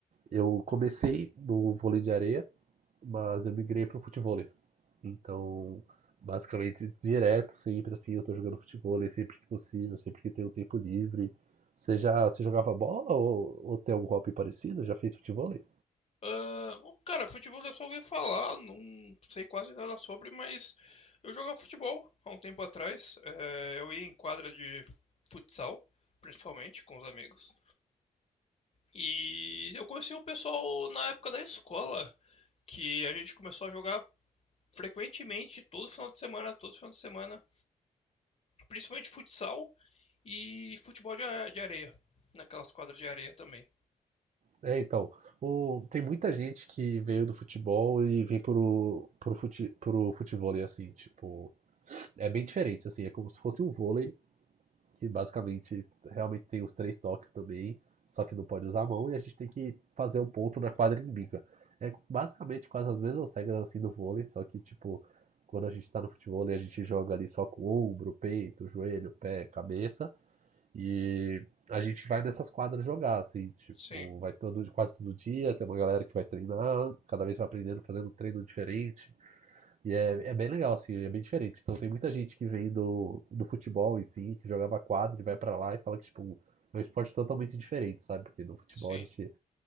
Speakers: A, on the right; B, on the left.
A: Eu comecei no vôlei de areia, mas eu migrei para o futevôlei. Então, basicamente, direto, sempre assim, eu tô jogando futevôlei sempre que possível, sempre que tenho tempo livre. Você já, você jogava bola ou, ou tem algum hobby parecido? Já fez futevôlei?
B: Ah, o cara, futebol eu só ouvi falar, não sei quase nada sobre, mas eu jogava futebol há um tempo atrás. É, eu ia em quadra de futsal, principalmente com os amigos. E eu conheci um pessoal na época da escola, que a gente começou a jogar frequentemente, todo final de semana, todo final de semana, principalmente futsal e futebol de de areia, naquelas quadras de areia também.
A: É, então, o- tem muita gente que veio do futebol e vem pro, pro, fute, pro futevôlei, assim, tipo, é bem diferente, assim, é como se fosse um vôlei, que basicamente realmente tem os três toques também, só que não pode usar a mão e a gente tem que fazer um ponto na quadra inimiga. É basicamente quase as mesmas regras assim do vôlei, só que tipo, quando a gente tá no futebol a gente joga ali só com o ombro, peito, joelho, pé, cabeça e a gente vai nessas quadras jogar, assim, tipo,
B: Sim,
A: vai todo, quase todo dia, tem uma galera que vai treinar, cada vez vai aprendendo, fazendo um treino diferente. E é, é bem legal, assim, é bem diferente. Então tem muita gente que vem do, do futebol em si, que jogava quadra e vai pra lá e fala que, tipo, é um esporte totalmente diferente, sabe? Porque no futebol
B: sim.
A: a gente